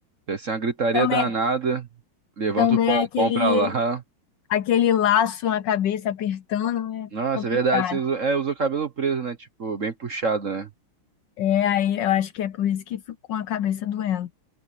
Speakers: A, on the right (about 45°); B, on the left (about 70°).
A: Deve ser uma gritaria
B: Também,
A: danada. Levanta
B: também
A: o pompom
B: é aquele
A: pra lá.
B: aquele laço na cabeça apertando, né?
A: Nossa,
B: Complicado.
A: é verdade, você usou, é, usou o cabelo preso, né? Tipo, bem puxado, né?
B: É, aí eu acho que é por isso que fico com a cabeça doendo.